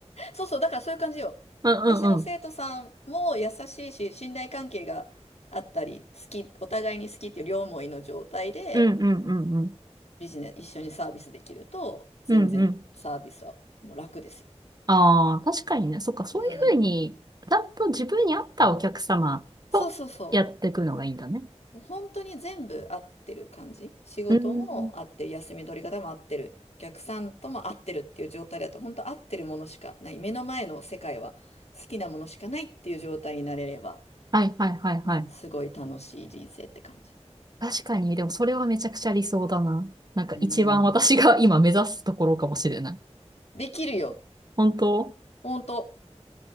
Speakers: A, on the left (about 65°); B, on the right (about 35°).
A: そうそう、だからそういう感じよ。
B: うんうんうん。
A: 私の生徒さんも優しいし、信頼関係があったり、好き、お互いに好きっていう両思いの状態で、
B: うんうんうんうん。
A: ビジネス、一緒にサービスできると、全然サービスはもう楽ですよ。
B: うんうん。ああ、確かにね。そっか、そういうふうに、
A: うん。
B: ちゃんと自分に合ったお客様とやっていくのがいいんだね。
A: そうそうそう。もう本当に全部合ってる感じ。仕事も合ってる、
B: うん。
A: 休み取り方も合ってる、お客さんとも合ってるっていう状態だと、本当合ってるものしかない。目の前の世界は好きなものしかないっていう状態になれれば、
B: はいはいはいはい。
A: うん、すごい楽しい人生って感じ。
B: 確かに、でもそれはめちゃくちゃ理想だな。なんか一番私が今目指すところかもしれない。
A: うん。できるよ。
B: 本当
A: 本当